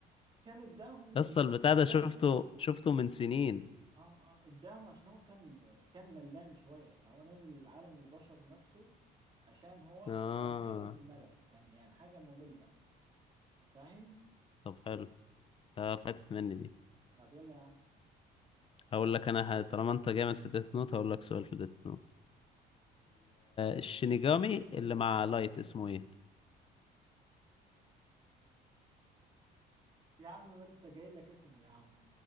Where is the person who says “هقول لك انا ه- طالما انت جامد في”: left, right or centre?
Left